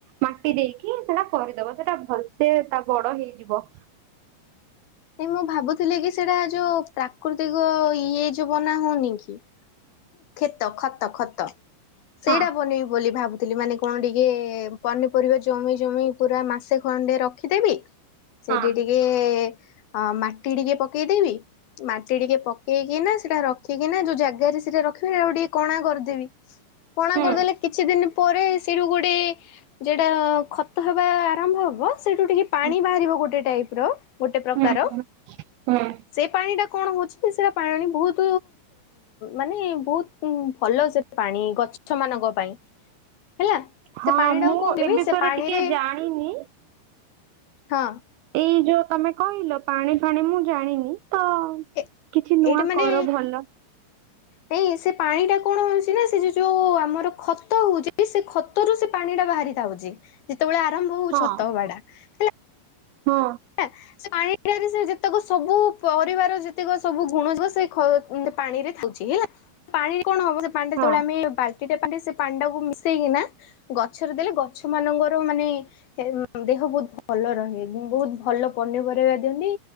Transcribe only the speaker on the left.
ଏ ମୁଁ ଭାବୁଥିଲି ଯେ ସେଇଟା ଯୋଉ ପ୍ରାକୃତିକ ଇଏ ଯୋ ବନା ହଉନି କି? ଖେତ ଖତ, ଖତ ସେଇଟା
ବନେଇବି ବୋଲି ଭାବୁ ଥିଲି। ମାନେ କଣ ଟିକେ ପନିପରିବା ଜମେଇ, ଜମେଇ ପୁରା ମାସେ ଖଣ୍ଡେ ରଖିଦେବି
ସେଡିଡିିକେ ଆଁ ମାଟି ଟିକେ ପକେଇଦବି। ମାଟି ଟିକେ ପକେଇକି ନା ସେଟା ର ଠିକ ନା ଯୋଉ ଜାଗାରେ ସେଟା ରଖିବି ଆଉ ଟିକେ କଣା କରିଦେବି କଣା
କରିଦେଲେ କିଛି ଦିନ ପରେ ସେଠୁ ଗୋଟେ ଯଟା ଖତ ହେବା ଆରମ୍ଭ ହବ ସେଠୁ ଟିକେ ପାଣି
ବାହାରିବ ଗୋଟେ ଟାଇପ ର ଗୋଟେ ପ୍ର
କାର।
ସେ ପାଣି ଟା କଣ ହଉଛି? ସେଟା ପାଣି ବହୁତ ମାନେ ବହୁତ ଭଲ ସେଟା ପାଣି ଗଛ ମାନ ଙ୍କ, ପାଇଁ। ହେଲା
ସେ ପାଣି ଟାକୁ
କଣ କରିବି
ସେ ପାଣିରେ
ହଁ
ଏ-
ଏଇଟା ମାନେ
ନାଇଁ ସେ ପାଣି ଟା କଣ ହଉଛି ନା ସେ ଯ ଯୋଉ ଆମର ଖତ ହଉଛି ସେ ଖତ ରୁ ସେ ପାଣି ଟା ବାହାରି ଯାଉଛି। ଯେତେବେଳେ ଆରମ୍ଭ ହଉଛି
ଖତ ବାଡ଼ା ହେଲା।
ହେଲା ସେ ପାଣିଟ ସେ ଯେତେକ ସବୁ ପରିବା ର ଯେତିକ ସବୁ ଗୁଣ ଯ ସେ ପାଣି ରେ ଥାଉଛି ହେଲା ପାଣିରେ କଣ ହବ ପାଣିରେ
ତଳେ ଆମେ ବା ଟି ଟାଇପ ସେ ପାଣ୍ଡା କୁ ମିଶେଇକିନା, ଗଛରେ ଦେଲେ ଗଛ ମାନଙ୍କର ମାନେ ଦେ ବହୁତ ଭଲ ରହେ ବହୁତ ଭଲ ପନିପରାଇବା ଦିଅନ୍ତି।